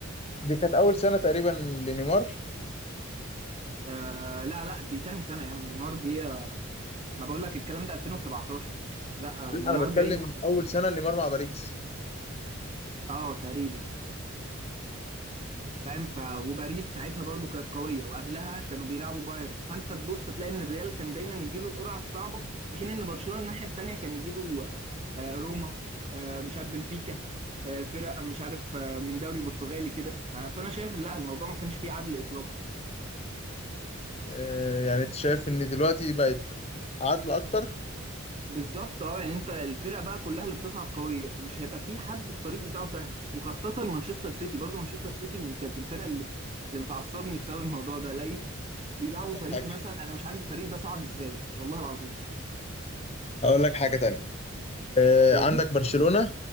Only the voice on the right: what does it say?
آه لا لا دي تاني سنة يا عم نيمار جه ما بقول لك الكلام ده 2017 لا
آه، نيمار
جاي في
اه تقريبا فاهم ف وباريس ساعتها برضو كانت قويه وقبلها كانوا بيلعبوا بايرن فانت تبص تلاقي ان الريال كان دايما يجي له القرعه الصعبه في حين ان برشلونه الناحيه التانيه كان يجي له آه، روما آه، مش عارف بنفيكا آه، فرق مش عارف آه، من دوري برتغالي كده ف- فانا شايف لا الموضوع ما كانش فيه عدل اطلاقا
بالظبط اه يعني انت الفرق بقى كلها اللي بتصعد قويه فمش هيبقى في حد الطريق بتاعه سهل وخاصه مانشستر سيتي برضو مانشستر سيتي من كانت الفرق اللي اللي بتعصبني بسبب الموضوع ده الاقي
بيلعبوا
فريق
مثلا انا مش عارف الفريق ده صعد ازاي والله العظيم
ايه